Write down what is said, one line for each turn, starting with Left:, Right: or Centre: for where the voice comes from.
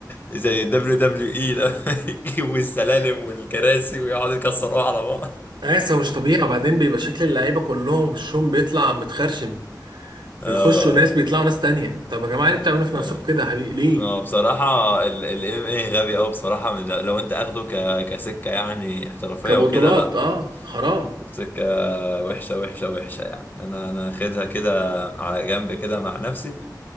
Left: زي دبليو دبليو اي <laughs> لما يجيبوا السلالم والكراسي ويقعدوا يكسروها على بعض
Right: هياس هو مش طبيعي وبعدين بيبقى شكل اللعيبة كلهم وشهم بيطلع متخرشم
Left: اه
Right: بيخشوا ناس بيطلعوا ناس تانية طب يا جماعة ليه بتعملوا في
Left: اه
Right: نفسكم كده يا حبيبي ليه
Left: آه، بصراحة ال ام ايه غبي اوي بصراحة من لو لو انت اخده ك كسكة يعني احترافية
Right: كبطولات
Left: وكده لا
Right: اه حرام
Left: سكة وحشة وحشة وحشة يعني انا انا اخدها كده على جنب كده مع نفسي